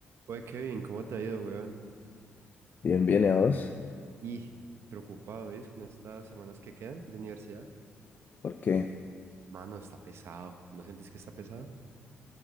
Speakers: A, on the right; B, on the left.
A: Oye, Kevin, ¿cómo te ha ido, weón?
B: Bien, bien, ¿y a vos?
A: Y preocupado, ¿ves? Con estas semanas que quedan de universidad.
B: ¿Por qué?
A: Mano, está pesado. ¿No sientes que está pesado?